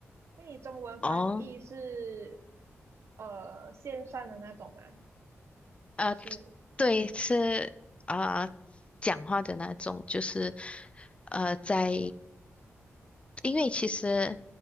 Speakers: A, on the right; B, on the left.
A: 那你中文翻译是
B: 哦，
A: 呃线上的那种吗？
B: 呃，
A: 还是
B: 对，是啊呃，讲话的那种，就是呃，在，因为其实